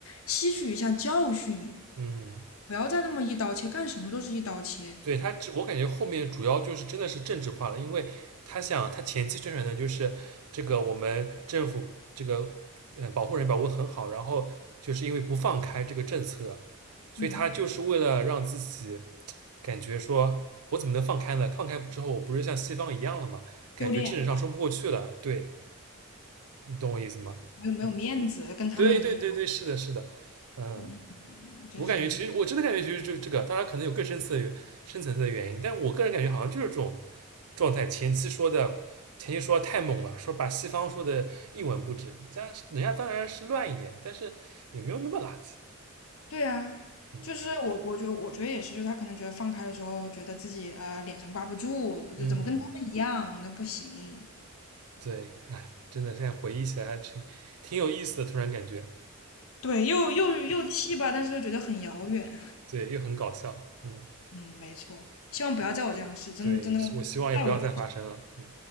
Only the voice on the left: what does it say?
吸取一下教训，
不要再那么一刀切，干什么都是一刀切，
嗯，
丢脸了，
没有没有面子，
跟他们一样，
嗯，就是。
对啊，
就是我，我觉得，我觉得也是，就是他可能觉得放开了之后，觉得自己呃脸上挂不住，就怎么跟他们一样，
那不行。
对，又又又气吧，但是又觉得很遥远。
嗯，没错，希望不要在我这样试，真的真的，
太有对